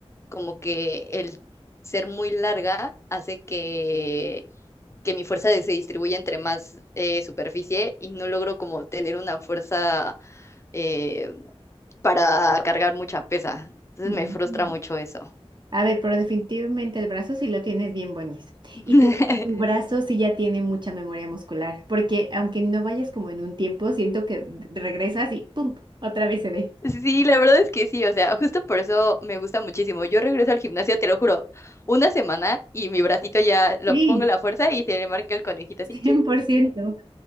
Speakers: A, on the left (about 25°); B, on the right (about 45°).
A: como que el ser muy larga hace que, que mi fuerza de- se distribuya entre más eh, superficie y no logro como tener una fuerza eh, para cargar mucha pesa. Entonces
B: Ujú.
A: me frustra mucho eso.
B: A ver, pero definitivamente el brazo sí lo tienes bien boñez.
A: <laughs>
B: Y tu, tu brazo sí ya tiene mucha memoria muscular, porque aunque no vayas como en un tiempo, siento que d- regresas y ¡pum! otra vez se ve.
A: Sí, la verdad es que sí, o sea, justo por eso me gusta muchísimo. Yo regreso al gimnasio, te lo juro, una semana y mi bracito ya lo
B: Sí,
A: pongo la fuerza y se le marca el conejito así.
B: 100%.
A: chin.